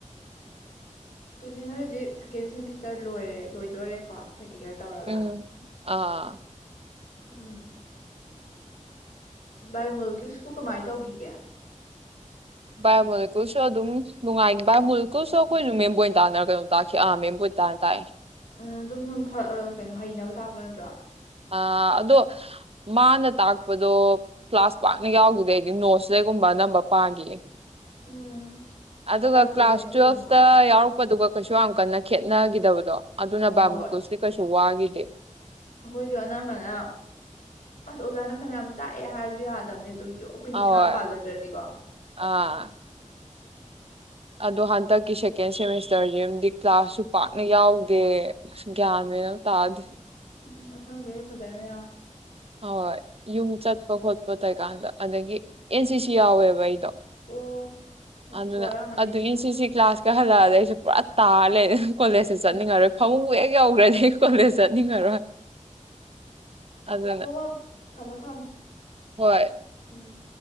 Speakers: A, on the left; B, on the right.
A: ꯑꯗꯨꯗꯤ ꯅꯣꯏ ꯍꯧꯖꯤꯛ ꯁꯦꯀꯦꯟ ꯁꯦꯃꯤꯁꯇꯔ ꯂꯣꯏꯔꯦ ꯂꯣꯏꯗꯣꯔꯦꯀꯣ ꯄ꯭ꯔꯦꯛꯇꯤꯀꯦꯜ ꯇꯧꯔꯒ
B: ꯎꯝ ꯑꯥ
A: ꯎꯝ ꯕꯥꯏꯑꯣꯃꯣꯜꯀꯤ꯭ꯌꯨꯁꯄꯨ ꯀꯃꯥꯏ ꯇꯧꯈꯤꯒꯦ
B: ꯕꯥꯏꯑꯣꯃꯣꯂꯤꯀꯨꯜꯁꯨ ꯑꯗꯨꯝ ꯅꯨꯡꯉꯥꯏꯅꯤ ꯕꯥꯏꯑꯣꯃꯣꯂꯤꯀꯨꯁꯨ ꯑꯩꯈꯣꯏꯁꯨ ꯃꯦꯝꯕꯣꯏꯟ ꯇꯥꯅꯔ ꯀꯩꯅꯣ ꯇꯥꯛꯈꯤ ꯑꯥ ꯃꯦꯝꯕꯣꯏꯟ ꯇꯥꯅ ꯇꯥꯛꯑꯦ
A: ꯎꯝ ꯑꯗꯨꯝ ꯀꯩꯅꯣ ꯍꯩꯅꯕ ꯇꯥꯛꯄ ꯅꯠꯇ꯭ꯔꯣ
B: ꯑ ꯑꯗꯣ ꯃꯥꯅ ꯇꯥꯛꯄꯗꯣ ꯀ꯭ꯂꯥꯁ ꯄꯥꯛꯅ ꯌꯥꯎꯈꯤꯗ ꯑꯩꯗꯤ ꯅꯣꯠꯁꯤꯗꯩꯒꯨꯝꯕ ꯑꯅꯝꯕ ꯄꯥꯈꯤꯌꯦ
A: ꯎꯝ
B: ꯑꯗꯨꯒ
A: ꯀꯨꯝꯍꯩꯁꯨ
B: ꯀ꯭ꯂꯥꯁ ꯇꯨꯋꯦꯜꯐꯇ
A: ꯑꯗꯨꯝ ꯉꯥꯎꯋꯤ
B: ꯌꯥꯎꯔꯛꯄꯗꯨꯒ ꯀꯩꯁꯨ ꯌꯥꯝ ꯀꯟꯅ ꯈꯦꯠꯅꯈꯤꯗꯕꯗꯣ ꯑꯗꯨꯅ
A: ꯍꯣꯏ
B: ꯕꯥꯕꯨꯨꯀꯨꯁꯤꯗꯤ
A: ꯍꯣꯏ ꯍꯣꯏ
B: ꯀꯩꯁꯨ ꯋꯥꯏꯦ ꯗꯦ
A: ꯑꯩꯈꯣꯏꯁꯨ ꯑꯅꯝꯕꯅ ꯑꯁ ꯑꯣꯖꯥꯅ ꯐꯅꯌꯥꯝ ꯇꯥꯛꯑꯦ ꯍꯥꯏꯔꯁꯨ ꯌꯥꯗꯕꯅꯦ ꯑꯗꯨꯝꯒꯤ ꯑꯩꯈꯣꯏꯅ
B: ꯑꯍꯣꯏ
A: ꯏꯁꯥꯅ ꯄꯥꯖꯗ꯭ꯔꯗꯤꯀꯣ
B: ꯑꯥ ꯑꯗꯣ ꯍꯟꯗꯛꯀꯤ ꯁꯦꯀꯦꯟ ꯁꯦꯃꯤꯁꯇꯔꯁꯤꯝꯗꯤ ꯀ꯭ꯂꯥꯁꯁꯨ ꯄꯥꯛꯅ ꯌꯥꯎꯗꯦ ꯑ ꯒ꯭ꯌꯥꯟ ꯃꯅ ꯇꯥꯑꯗꯤ
A: ꯎꯝ ꯃ ꯍꯪꯦ ꯐꯖꯅꯦ
B: ꯍ ꯍꯣꯏ ꯌꯨꯝ ꯆꯠꯄ ꯈꯣꯠꯄ ꯇꯩꯀꯥꯟꯗ ꯑꯗꯒꯤ ꯑꯦꯟ ꯁꯤ ꯁꯤ ꯌꯥꯎꯋꯦꯕ ꯑꯩꯗꯣ
A: ꯑꯣ ꯑꯁ
B: ꯑꯗꯨꯅ
A: ꯋꯥꯔꯝꯃꯅꯤ
B: ꯑꯗꯨ
A: ꯑꯗꯨꯅ
B: ꯑꯦꯁ ꯁꯤ ꯀ ꯀ꯭ꯂꯥꯁꯥꯁ ꯀ ꯍꯜꯂꯛꯑꯗ ꯑꯩꯁꯨꯦ ꯄꯨꯔꯥ ꯇꯥꯜꯂꯦ ꯀꯣꯂꯦꯖꯁ ꯆꯠꯅꯤꯡꯉꯔꯣꯏ
A: ꯎꯝ
B: ꯐꯃꯨꯡ ꯌꯧꯈ꯭ꯔꯗꯤ ꯑꯩ ꯀꯣꯂꯦꯖ ꯆꯠꯅꯤꯡꯉꯔꯣꯏ ꯑꯗꯨꯅ
A: ꯍ ꯊꯝꯃꯣ ꯊꯝꯃꯣ
B: ꯍꯣꯏ
A: ꯎꯝ